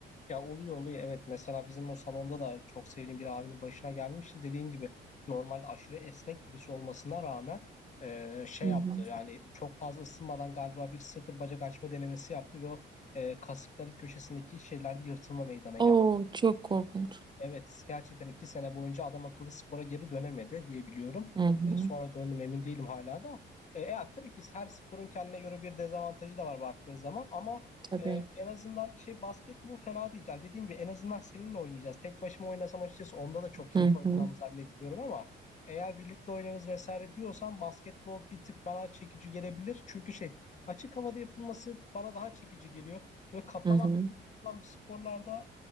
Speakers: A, on the left; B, on the right.
A: Ya oluyor oluyor evet. Mesela bizim o salonda da çok sevdiğim bir abinin başına gelmişti. Dediğin gibi normalde aşırı esnek birisi olmasına rağmen e, şey
B: Hı
A: yaptı.
B: hı.
A: Yani çok fazla ısınmadan galiba bir sıfır bacak açma denemesi yaptı ve o e, kasıkların köşesindeki şeylerde yırtılma meydana geldi.
B: Oo çok korkunç.
A: Evet, gerçekten iki sene boyunca adam akıllı spora geri dönemedi diye biliyorum.
B: Hı hı.
A: E, sonra döndüm emin değilim hala da. E, e, tabii ki her sporun kendine göre bir dezavantajı da var baktığın zaman ama
B: Tabii.
A: e, en azından şey basketbol fena değil. Yani dediğim gibi en azından seninle oynayacağız. Tek başıma oynasam açıkçası onda da çok keyif
B: Hı
A: alacağımı
B: hı.
A: zannetmiyorum ama eğer birlikte oynarız vesaire diyorsan basketbol bir tık bana çekici gelebilir. Çünkü şey açık havada yapılması bana daha çekici geliyor. Böyle kapalı
B: Hı hı.
A: yapılan bir sporlarda